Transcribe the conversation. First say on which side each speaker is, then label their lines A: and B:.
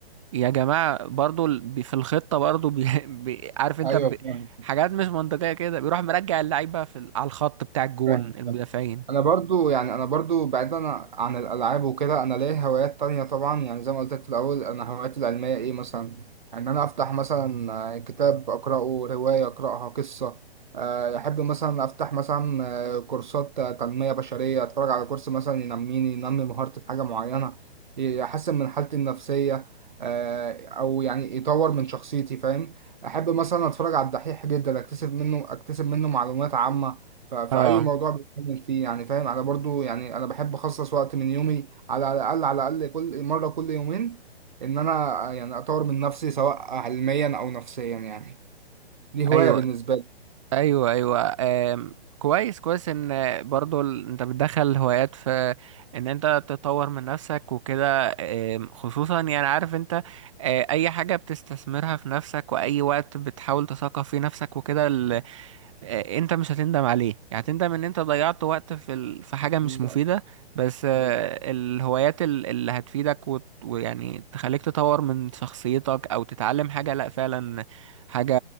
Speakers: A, on the right; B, on the right.
A: يا جماعة برضو ال- بي- في الخطة برضو بي... <laughs> بي... عارف انت
B: ايوه
A: ب...
B: فاهم
A: حاجات مش منطقية كده بيروح مرجع اللعيبة في... ال- على الخط بتاع الجون
B: فاهم
A: المدافعين
B: فاهم انا برضو يعني انا برضو بعيدا عن الالعاب وكده انا ليا هوايات تانية طبعا يعني زي ما قلت لك في الاول انا هواياتي العلميه ايه مثلا ان انا افتح مثلا آه، كتاب اقراه روايه اقراها قصه آه، احب مثلا افتح مثلا آه، كورسات آه، تنميه بشريه اتفرج على كورس مثلا ينميني ينمي مهارتي في حاجه معينه يحسن من حالتي النفسيه آه، او يعني يطور من شخصيتي فاهم احب مثلا اتفرج على الدحيح جدا اكتسب منه اكتسب منه معلومات عامه ف- فأي
A: اه
B: موضوع بتكلم فيه يعني فاهم أنا برضو يعني أنا بحب أخصص وقت من يومي على الأقل على الأقل كل مرة كل يومين إن أنا يعني أطور من نفسي سواء علميا أو نفسيا يعني دي هواية
A: ايوه
B: بالنسبة لي
A: ايوه ايوه آم... كويس كويس ان برضو ال... انت بتدخل هوايات في ان انت تطور من نفسك وكده آم... خصوصا يعني عارف انت آه، اي حاجة بتستثمرها في نفسك واي وقت بتحاول تثقف فيه نفسك وكده آه، انت مش هتندم عليه يعني هتندم ان انت ضيعت وقت في ال... في حاجة مش
B: بالظبط
A: مفيدة بس آه،
B: بالظبط.
A: الهوايات ال- اللي هتفيدك وت... ويعني تخليك تطور من شخصيتك او تتعلم حاجة لا فعلا حاجة